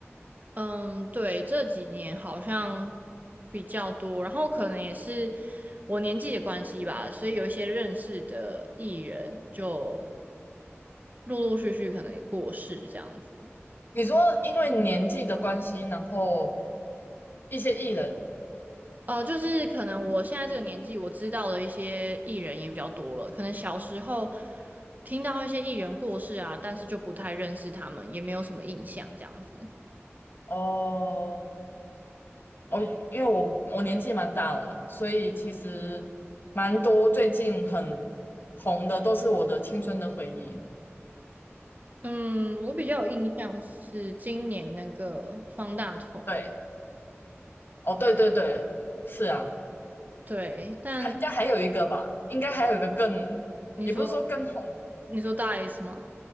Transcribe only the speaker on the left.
你说因为年纪的关系，然后一些艺人
哦，哦，因为我我年纪蛮大了啦，所以其实蛮多最近很红的都是我的青春的回忆。
对，哦，对对对，是啊，
还应该还有一个吧，应该还有一个更，
也不是说更红，